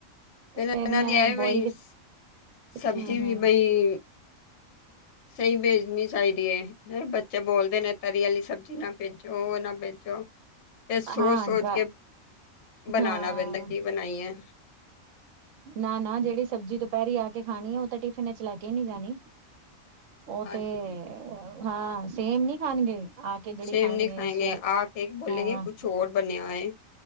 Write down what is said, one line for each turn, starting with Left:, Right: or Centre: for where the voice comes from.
Left: ਫਿਰ ਇਹਨਾਂ
Right: ਫੇਰ ਮੈਂ
Left: ਨੀ ਆਯਾ
Right: ਬੋਇਲ
Left: ਬਈ ਸਬਜ਼ੀ
Right: ਹਮ
Left: ਵੀ
Right: ਹਮ
Left: ਬਈ। ਸਹੀ ਭੇਜਣੀ ਚਾਹੀਦੀ ਏ ਬੱਚੇ ਬੋਲਦੇ ਨੇ ਤਰੀ ਵਾਲੀ ਸਬਜ਼ੀ ਨਾ ਭੇਜੋ ਉਹ ਨਾ ਭੇਜੋ। ਤੇ ਸੋਚ
Right: ਹਾਂ
Left: ਸੋਚ
Right: ਡਰਾ
Left: ਕੇ ਬਣਾਉਣਾ
Right: ਹਾਂ
Left: ਪੈਂਦਾ ਕੀ ਬਣਾਈਏ।
Right: ਨਾ ਨਾ ਜਿਹੜੀ ਸਬਜ਼ੀ ਦੁਪਹਿਰੀ ਆ ਕੇ ਖਾਣੀ ਏ ਉਹ ਤਾਂ ਟਿਫਿਨ ਵਿਚ ਲੈ ਕੇ ਨਹੀਂ ਜਾਣੀ। ਉਹ
Left: ਹਾਂਜੀ
Right: ਤੇ ਹਾਂ ਸੇਮ ਨੀ ਖਾਣਗੇ ਆ। ਕੇ ਜਿਹੜੀ
Left: ਸੇਮ
Right: ਖਾਣਗੇ
Left: ਨੀ ਖਾਏਂਗੇ
Right: ਸਵੇਰੇ
Left: ਆ ਕੇ ਬੋਲੇਗੇ
Right: ਹਾਂ
Left: ਕੁੱਛ ਔਰ ਬਣਿਆ ਹੋਏ।